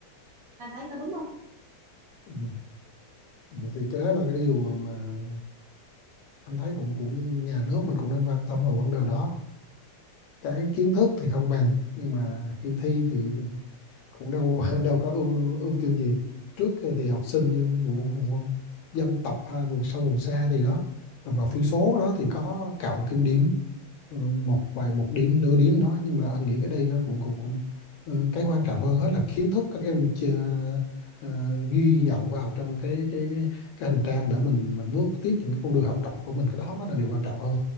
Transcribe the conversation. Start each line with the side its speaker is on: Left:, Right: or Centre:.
Right: anh thấy có đúng không?
Left: ừ, ừ. thì cái đó là cái điều mà anh thấy cũng cũng nhà nước mình cũng nên quan tâm vào vấn đề đó cái kiến thức thì không bằng nhưng mà khi thi thì cũng đâu <laughs> đâu có ưu ưu tiên gì trước thì học sinh như vùng, vùng dân tộc hay vùng sâu vùng xa thì đó đồng bào thiểu số đó thì có cộng thêm điểm ừ, một vài một điểm nửa điểm đó nhưng mà anh nghĩ cái đây nó cũng cũng cũng ừ, cái quan trọng hơn hết là kiến thức các em chưa, ờ, ghi nhận vào trong cái cái cái cái hành trang để mình mình bước tiếp những cái con đường học tập của mình cái đó mới là điều quan trọng hơn